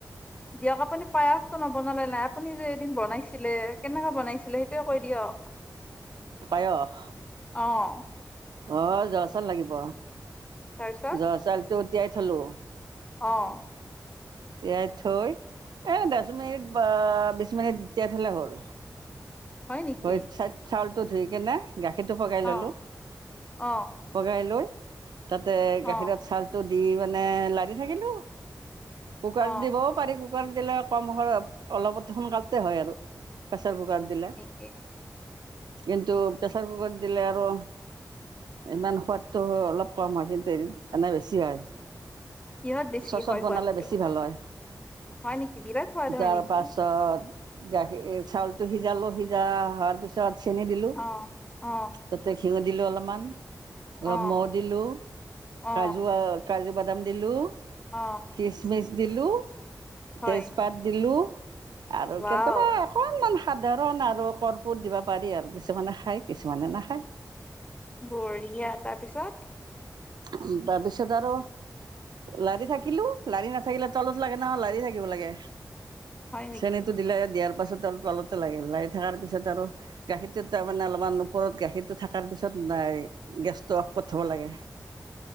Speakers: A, on the left; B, on the right.
A: দিয়ক, আপুনি পায়সটো নবনালে নাই। আপুনি যে এদিন বনাইছিলে, কেনেকুৱা বনাইছিলে সেইটোৱে কৈ দিয়ক।
B: পায়স।
A: অহ।
B: অহ, জোহা চাউল লাগিব।
A: তাৰপিছত
B: জোহা চাউলতোত- তিয়াই থ'লোঁ।
A: অহ।
B: তিয়াই থৈ এহ, দহ মিনিট বা বিশ মিনিট তিয়াই থ'লে হ'ল।
A: হয় নেকি
B: ত ইটচাইট চাউলটো ধুই কিনে- গাখীৰটো পগাই
A: অ
B: ল'লোঁ।
A: অ
B: পগাই লৈ- তাতে
A: অ
B: গাখীৰত চাউলটোত- দি মানে লাৰি থাকিলোঁ। কুকাৰ
A: অ
B: দিবও পাৰি। কুকাৰত দিলে কম সয়ত, অলপত সোনকালতে হয় আৰু। প্ৰেছাৰ কুকাৰত দিলে।
A: কি?
B: কিন্তু প্ৰেছাৰ কুকাৰত দিলে আৰু, ইমান সোৱাদটো অলপ কম, <unintelligible> এনে বেছি হয়।
A: কিহত বেছি
B: চচত
A: হয়
B: বনালে
A: সোৱাদটো
B: বেছি ভাল হয়।
A: হয় নেকি বিৰাট সোৱাদ হয়
B: তাৰ
A: নেকি
B: পাছত- গাখী ই চাউলতটো সিজালোঁ সি- যা হোৱাৰ পিছত- চেনি দিলোঁ।
A: অ অ
B: তাতে খিৰ- দিলোঁ অলপমান।
A: অ
B: অলপ মহ দিলোঁ,
A: অ
B: কাজু আ- কাজু বাদাম দিলোঁ।
A: অ
B: কিচ মিচ-। দিলোঁ।
A: হয়
B: তেজপাত দিলোঁ। আৰু
A: ৱাও
B: কেতিয়াবা অকনমান-। সাধাৰণ আ-। আৰু কৰ্পূট দিব পাৰি আৰ। কিছুমানে খায়, কিছুমানে নাখায়।
A: বঢ়িয়া, তাৰ পিছত?
B: উম, তাৰপিছত আৰু, লাৰি থাকিলোঁ। লাৰি নাথাকিলে তালুত লাগে ন, লাৰি থাকিব লাগে।
A: হয় নেকি
B: চেনিতো দিলে, দিয়াৰ- পাছত আৰু তলতে লাগিল। লাগি থকাৰ পিছত আৰু, গাখীৰটো তাৰমানে অলপমান ওপৰত গাখীৰটো থকাৰ পিছত নাই, গেছটো অফত থব লাগে।